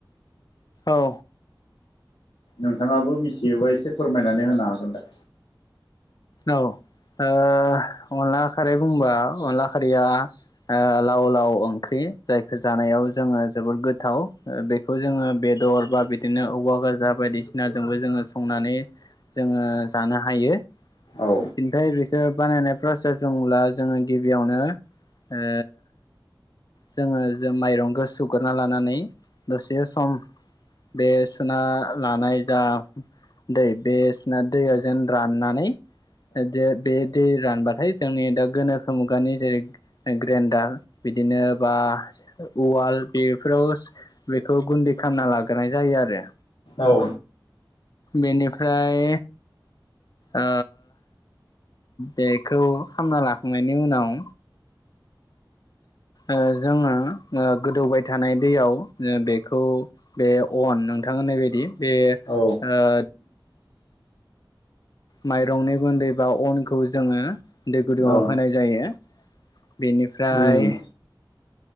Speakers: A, on the left; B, on the left.
A: औ
B: नोंथाङाबो मिथियोबा एसे फोरमायनानै होनो हागोन दे
A: औ ओ अनला खारै बुंबा अनला खारिया ओ लावलाव ओंख्रि जायखौ जानायाव जोङो जोबोद गोथाव ओ बेखौ जोङो बेदर बा बिदिनो औवा गाजा बायदिसिनाजोंबो जोङो संनानै जोङो जानो हायो
B: औ
A: बेनिफ्राय बेखौ बानायनाय प्रसेस दंब्ला जोङो गिबियावनो ओ जोङो जों माइरंखौ सुग्रोना लानानै दसे सम बे सुना लानाय जा दै बे सुनाय दैया जेन राननानै जे बे दै रानबाथाय जोंनि दा गोनोखो मुगानि जेरै ग्रेन्डार बिदिनो बा उवाल बेफोराव बेखौ गुन्दै खालामना लाग्रोनाय जायो आरो
B: औ
A: बेनिफ्राय ओ बेखौ खामना लाखांनायनि उनाव ओ जोङो ओ गोदौबाय थानाय दैयाव बेखौ बे अन नोंथां होननाय बायदि बे
B: औ
A: ओ माइरंनि गुन्दै बा अनखौ जोङो दै गुदुंआव
B: औ
A: होनाय जायो बेनिफ्राय
B: उम